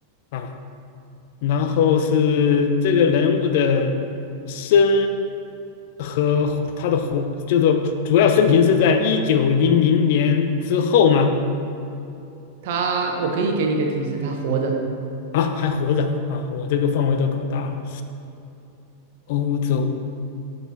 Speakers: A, on the left; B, on the right.
A: 啊，然后是这个人物的生和他的活，就是主要生平是在一九零零年之后吗？
B: 他，我可以给你一个提示，他活着，
A: 啊，还活着啊！我这个范围都搞大了。欧洲。